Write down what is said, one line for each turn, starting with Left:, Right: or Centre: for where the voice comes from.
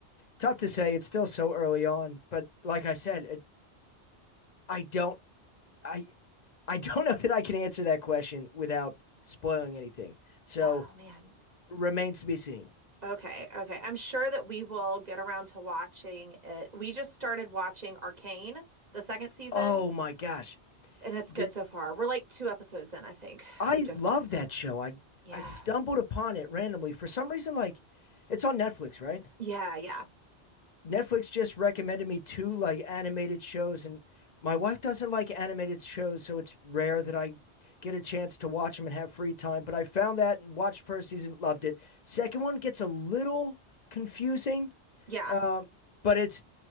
Left: Tough to say. It's still so early on, but like I said, it, I don't. I I don't know that I can answer that question without spoiling anything. So
Right: Oh, man.
Left: remains to be seen.
Right: Okay, okay. I'm sure that we will get around to watching it. We just started watching Arcane, the second season,
Left: Oh my gosh.
Right: and it's good
Left: Th-
Right: so far. We're like two episodes in, I think.
Left: I
Right: We just
Left: love
Right: started it.
Left: that show. I
Right: Yeah.
Left: I stumbled upon it randomly for some reason. Like, it's on Netflix, right?
Right: Yeah, yeah.
Left: Netflix just recommended me two like animated shows, and my wife doesn't like animated shows, so it's rare that I get a chance to watch them and have free time. But I found that and watched first season, loved it. Second one gets a little confusing,
Right: Yeah.
Left: um, but it's